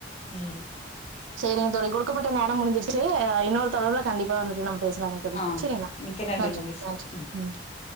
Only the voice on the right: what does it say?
செரி தோழிநீங்க கொடுக்கப்பட்ட நேரம் முடிஞ்சிருச்சு இன்னொரு தொடர்புல கண்டிப்பா வந்துட்டு நம் பேசுலாங்க கவி
செரிங்களா
நன்றி
நன்றி